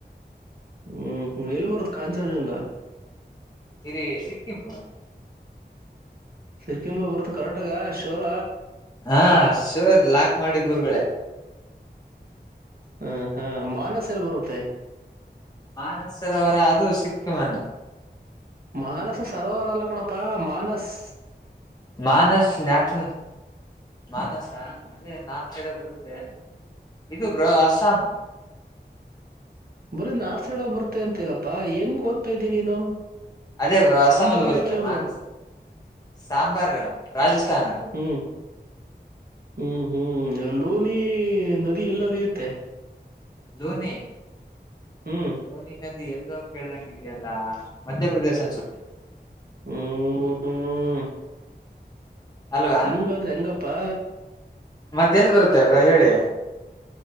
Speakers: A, on the right (about 60°); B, on the left (about 20°).
A: ಹ್ಮ್ ಎಲಪುರ ಕಾಂಚಗಂಗಾ
B: ಇ ಸಿಕ್ಕಿಮ
A: ಸಿಕ್ಕಿಮ ಬರುತ್ತ ಕರ್ನಾಟಕ ಶೋರ
B: ಹಾ ಶುವರ್ ಲಾಕ್ ಮಾಡಿ ಗುರುಗಳೇ
A: ಹ್ಮ ಹಾ ಮಾನಸ ಎಲ್ಲ ಬರುತ್ತೆ
B: ಮಾನಸರವರ ಅದು ಸಿಕ್ಕಮನ್ನ
A: ಮಾನಸ ಸರೋವರಲ್ಲ ಕಣಪ್ಪಾ ಮಾನಸ್
B: ಮಾನಸ್ ನ್ಯಾಷನಲ್ ಮಾನಸ್ ಅದೇ ನಾಲ್ ಕಡೆ ಬರುತ್ತೆ ಇದು ಬ್ರೋ ಅಸ್ಸಾಮ
A: ಬರೀ ನಾಡ್ ಸೈಡ ಬರ್ತ ಅಂತಿಲ್ಲಪ್ಪಾ ಹೆಂಗ್ ಓದ್ತಾ ಇದ್ದಿ ನೀನು
B: ಅದೇ ಬ್ರೋ
A: ಸಾಂಬಾರ್
B: ಅಸ್ಸಾಮಲ್ಲಿ ಬರುತ್ತೆ
A: ಲೇಕ್ ಎಲ್ಲಿ
B: ಮಾನಸ ಸಾಂಬಾರ್ ರಾಜಸ್ಥಾನ
A: ಹ್ಮ್ ಹ್ಮ್ ಹ್ಮ್ ಏಲೋನಿ ನದಿ ಎಲ್ಲ ಹರಿಯುತ್ತೆ
B: ಧೋನಿ
A: ಹ್ಮ್
B: ರೋನಿ ನದಿ ಎಲ್ಲೋ ಕೇಳ್ದಂಗಿದೆಯಲ್ಲಾ ಮಧ್ಯಪ್ರದೇಶ ಅನ್ಸುತ್ತೆ
A: ಹ್ಮ
B: ಅಲ್ವಾ
A: ಹಿಂಗಾದ್ರೆ ಹೆಂಗಪ್ಪ
B: ಮತ್ತೆಲ್ಲಿ ಬರುತ್ತೆ ಅವ್ರ ಹೇಳಿ